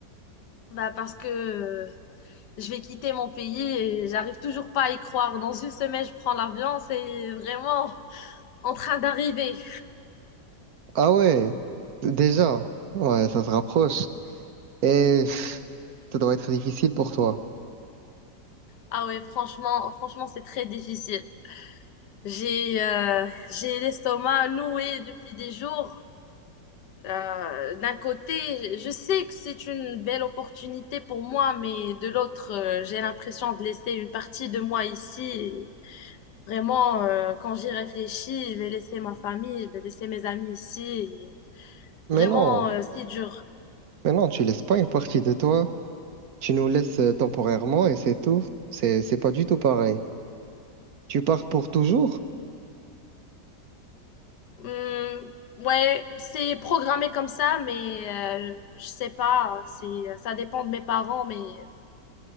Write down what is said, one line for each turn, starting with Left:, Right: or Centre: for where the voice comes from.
Left: bah parce que euh, je vais quitter mon pays et j'arrive toujours pas à y croire. Dans une semaine, je prends l'avion, c'est vraiment en train d'arriver.
Right: Ah ouais, déjà. Ouais, ça se rapproche. Et pff, ça doit être difficile pour toi.
Left: Ah ouais, franchement, franchement, c'est très difficile. J'ai, euh, j'ai l'estomac noué depuis des jours. Euh, d'un côté, je sais que c'est une belle opportunité pour moi, mais de l'autre, euh, j'ai l'impression de laisser une partie de moi ici. Et vraiment, euh, quand j'y réfléchis, je vais laisser ma famille, je vais laisser mes amis ici. Et
Right: Mais
Left: vraiment,
Right: non,
Left: euh, c'est dur.
Right: mais non, tu laisses pas une partie de toi. Tu nous laisses euh, temporairement et c'est tout. C'est, c'est pas du tout pareil. Tu pars pour toujours?
Left: Hum, ouais, c'est programmé comme ça, mais euh, je sais pas. C'est, ça dépend de mes parents, mais